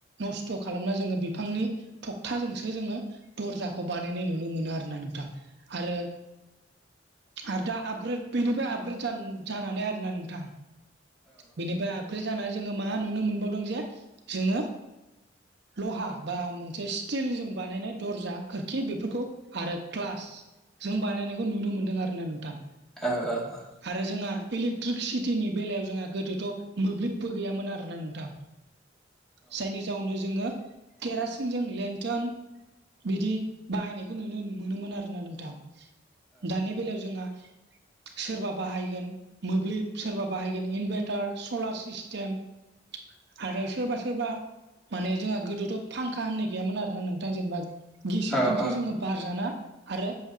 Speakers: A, on the right (about 65°); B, in the centre.
A: नस्थ' खालामना जोङो बिफांनि थखथाजोंसो जोङो दर्जाखौ बानायनाय नुनो मोनो आरो ना नोंथां। आरो आरो दा आपग्रेड बेनिफ्राय आपग्रेड जानानै आरोोना नोंथां। बेनिफ्राय फ्रि जानानै जोङो मा नुनो मोनबावदों जे जोङो लहा बा मोन स्ल जजों बानायनाय दजा खोरखि बेफोरखौ आरो ग्लासजों बानायनाय खौ नुनो मोनदों आरो ना नोंथां।
B: औ औ औ।
A: आरो जोंहा इलेक्ट्रिसिटिनि बेलायाव जोंहा गोदोथ' मोब्लिबबो गैयामोन आरोना नोंथां। जायनि जाउनावनो जोङो केरासिनजों लेन्टन बिदि बाहायनायखौ नुनो मोनोमोन आरोना नोंथां। दानि बेलायाव जोंहा सोरबा बाहायगोन मोब्लिब सोरबा बाहायगोन इनभारटार सलार सिस्टेम। आरो सोरबा सोरबा माने जोंहा गोदोथ' फांखा होननाय गैयामोन आरोना नोंथां। जेनेबा गिसिबजोंसो
B: औ औ
A: जोङो बारजाना आरो